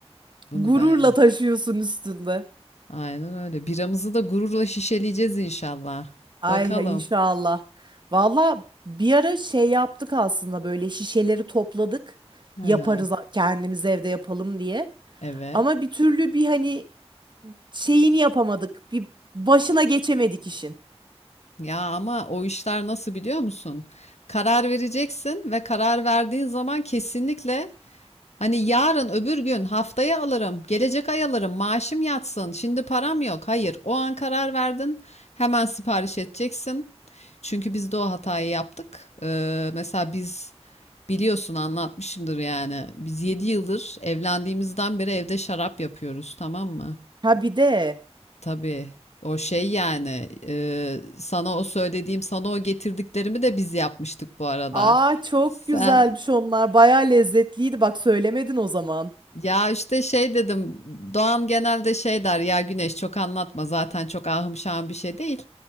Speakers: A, on the left; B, on the right.
A: Bunu
B: Gururla
A: ben ya.
B: taşıyorsun üstünde.
A: Aynen öyle. Biramızı da gururla şişeleyeceğiz inşallah.
B: Ay
A: Bakalım.
B: inşallah. Valla bir ara şey yaptık aslında böyle şişeleri topladık.
A: Hı
B: Yaparız
A: hı.
B: kendimiz evde yapalım diye.
A: Evet.
B: Ama bir türlü bir hani şeyini yapamadık. Bir başına geçemedik işin.
A: Ya ama o işler nasıl biliyor musun? Karar vereceksin ve karar verdiğin zaman kesinlikle Hani yarın öbür gün haftaya alırım, gelecek ay alırım, maaşım yatsın, şimdi param yok. Hayır, o an karar verdin, hemen sipariş edeceksin. Çünkü biz de o hatayı yaptık. Ee, mesela biz biliyorsun anlatmışımdır yani. Biz 7 yıldır evlendiğimizden beri evde şarap yapıyoruz, tamam mı?
B: Ha bir de.
A: Tabii. O şey yani e, sana o söylediğim, sana o getirdiklerimi de biz yapmıştık bu arada.
B: Aa çok
A: Sen
B: güzelmiş onlar. Baya lezzetliydi. Bak söylemedin o zaman.
A: Ya işte şey dedim Doğan genelde şey der ya Güneş çok anlatma zaten çok ahım şahım bir şey değil.